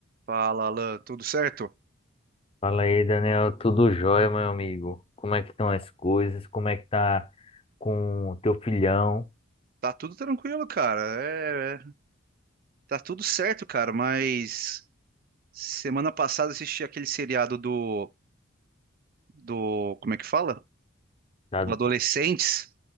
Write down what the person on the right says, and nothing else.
Fala, Alan, tudo certo?
Tá tudo tranquilo, cara. É, é, tá tudo certo, cara, mas semana passada assisti aquele seriado do do, como é que fala?
Do Adolescentes.